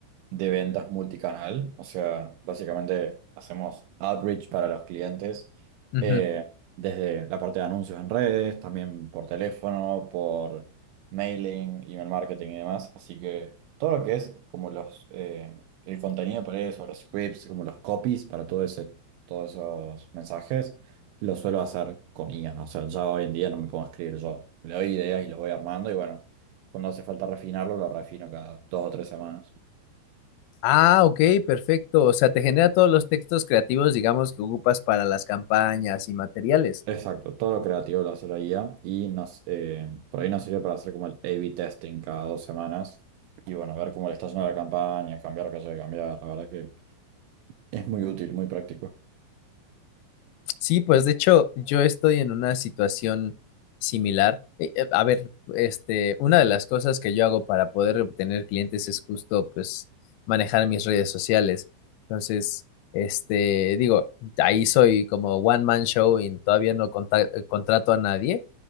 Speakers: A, on the right; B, on the left.
A: de ventas multicanal, o sea, básicamente hacemos outreach para los clientes
B: Ujú.
A: eh, desde la parte de anuncios en redes, también por teléfono, por mailing, email marketing y demás, así que todo lo que es como los eh, el contenido para eso, los scripts, como los copies para todo ese, todos esos mensajes, lo suelo hacer con IA, o sea, ya hoy en día no me puedo escribir yo, le doy ideas y lo voy armando y bueno, cuando hace falta refinarlo, lo refino cada dos o tres semanas.
B: Ah, ok, perfecto. O sea, te genera todos los textos creativos, digamos, que ocupas para las campañas y materiales.
A: Exacto, todo lo creativo lo hace la IA y nos, eh, por ahí nos sirve para hacer como el A/B testing cada dos semanas y bueno, ver cómo le está yendo la campaña, cambiar lo que haya que cambiar. La verdad que es muy útil, muy práctico.
B: Sí, pues de hecho yo estoy en una situación similar. Eh, eh, A ver, este, una de las cosas que yo hago para poder obtener clientes es justo, pues, manejar mis redes sociales. Entonces, este, digo, ahí soy como one man show y todavía no conta- eh, contrato a nadie.